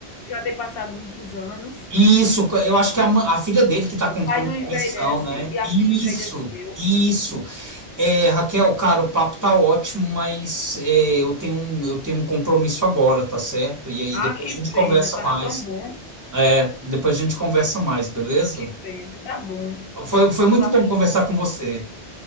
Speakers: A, on the left; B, on the right.
A: já tem passado muitos anos,
B: Isso, eu acho que a, ma- a filha dele que tá controlando
A: o pai não envelhece
B: a missão, né?
A: e a
B: Isso,
A: filha envelheceu.
B: isso. É, Raquel, cara, o papo tá ótimo, mas é, eu tenho um, eu tenho um compromisso agora, tá certo? E aí depois
A: Ah, que
B: a gente conversa
A: pena, estava
B: mais.
A: tão bom,
B: É, depois a gente conversa mais, beleza?
A: que pena, tá bom.
B: Foi, foi
A: Então
B: muito
A: da
B: bom
A: próxima
B: conversar com
A: vez.
B: você.